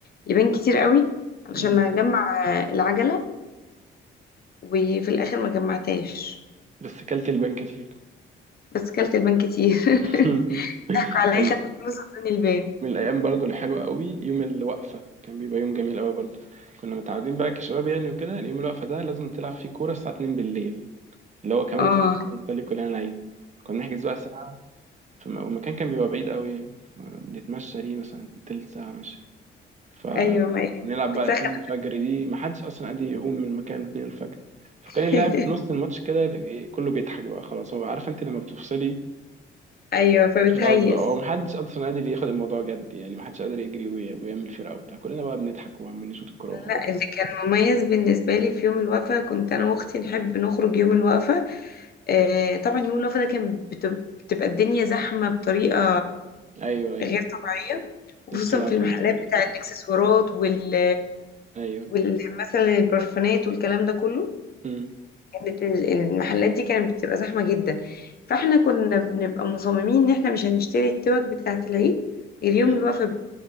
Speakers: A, on the left; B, on the right.
A: لبان كتير قوي علشان
B: مم.
A: اجمع آه، العجلة وفي الاخر ما جمعتهاش
B: بس كلت البان كتير
A: بس كلت البان كتير <laughs>
B: <laughs>
A: ضحكوا عليا
B: كان
A: خدوا فلوس ادوني البان
B: من الايام برضو الحلوه قوي يوم الوقفه كان بيبقى يوم جميل قوي برضو كنا متعودين بقى كشباب يعني وكده اليوم الوقفه ده لازم تلعب فيه كوره الساعه 2 بالليل اللي هو كمان
A: اه
B: ساعتين بنصلي كلنا العيد كنا نحجز بقى ساعه في م- والمكان كان بيبقى بعيد قوي يعني بنتمشى ليه مثلا تلت ساعه ماشي ف
A: ايوه ما هي
B: ونلعب
A: بتسخن
B: بقى 2 الفجر دي ما حدش اصلا قادر يقوم من مكانه 2 الفجر فكان
A: <laughs>
B: اللاعب في نص الماتش كده إيه، كله بيضحك بقى خلاص هو عارف انت لما بتفصلي
A: ايوه فبتهيس
B: خلاص بقى هو محدش اصلا قادر ياخد الموضوع جد يعني محدش قادر يجري وي- ويعمل فرقه وبتاع كلنا بقى بنضحك وعمالين نشوط الكوره
A: لا
B: وخلاص
A: اللي كان مميز بالنسبة لي في يوم الوقفة كنت أنا وأختي نحب نخرج يوم الوقفة آه، طبعا يوم الوقفة ده كان بتب- بتبقى الدنيا زحمة بطريقة
B: ايوه ايوه
A: غير طبيعية وخصوصا
B: الناس كلها
A: في
B: في
A: المحلات
B: ال...
A: بتاع الإكسسوارات وال
B: ايوه
A: وال- مثلا البرفانات والكلام ده كله
B: امم
A: كانت ال- المحلات دي كانت بتبقى زحمة جدا فاحنا كنا بنبقى مصممين إن احنا مش هنشتري التوك بتاعة العيد غير يوم
B: امم
A: الوقفة